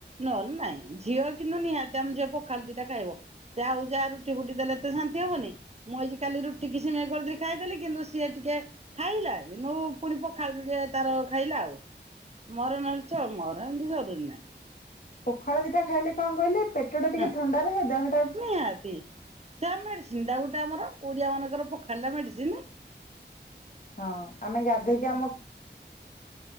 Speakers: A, on the right; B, on the left.
A: ନହଲେ ନାଇଁ। ଝିଅ କିନ୍ତୁ ନିହାତି ଆମ ଝିଅ ପଖାଳ ଦିଟା ଖାଇବ ସେ ଆଉ ଯାହା ରୁଟି ଫୁଟି ଦେଲେ ତେ ଶାନ୍ତି ହବନି ମୁଁ ଏଇ କାଲି ରୁଟି କି ସିମେଇ କରି ଖାଇଦେଲି କିନ୍ତୁ ସିଏ ଟିକେ ଖାଇଲା କିନ୍ତୁ ପୁଣି ପଖାଳ ଯୋଡ଼ିଏ ତାର ଖାଇଲା ଆଉ। ମୋର ନହେଲେ ଚଳିବ। ମୋର ଏମିତି ସ ନା।
B: ପଖାଳ ଦିଟା ଖାଇଲେ କଣ କହିଲେ ପେଟ ଟା ଟିକେ
A: ହଁ
B: ଥଣ୍ଡାରହେ ଦେହ
A: ନିହାତି <unintelligible> ଗୋଟେ ଆମର ଓଡିଆ ମାନଙ୍କର ପଖାଳ ଟା ମେଡିସିନ ।
B: ହଁ ଆମେ ଗାଧେଇକି ଆମ